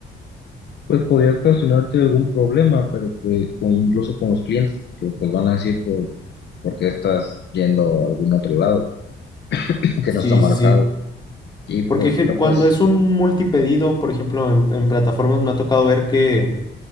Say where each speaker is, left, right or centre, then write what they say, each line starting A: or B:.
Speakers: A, on the left (about 60°); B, on the left (about 20°).
A: Pues, podría ocasionarte algún problema, pero, pues, o incluso con los clientes, que, pues, van a decir, por, ¿por qué estás yendo a algún otro lado <laughs> que
B: Sí,
A: no está marcado?
B: sí, sí.
A: Y, pues,
B: Porque je-
A: pero,
B: cuando
A: pues,
B: es un multipedido, por ejemplo, en, en plataformas me ha tocado ver que